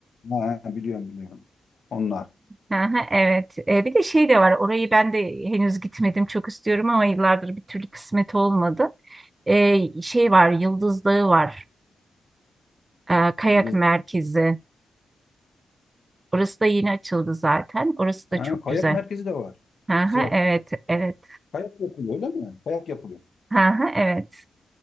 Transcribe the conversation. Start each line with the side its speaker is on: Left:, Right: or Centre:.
Left: Ha, ha, biliyorum biliyorum. Onlar.
Right: Hı hı, evet. E, bir de şey de var. Orayı ben de henüz gitmedim. Çok istiyorum ama yıllardır bir türlü kısmet olmadı. E, şey var, Yıldız Dağı var. e, kayak
Left: yıldız
Right: merkezi. Orası da yeni açıldı zaten. Orası
Left: Ha,
Right: da çok
Left: kayak
Right: güzel.
Left: merkezi de var.
Right: Hı hı,
Left: Sivas.
Right: evet, evet.
Left: Kayak yapılıyor öyle mi? Kayak yapılıyor.
Right: Hı hı, evet.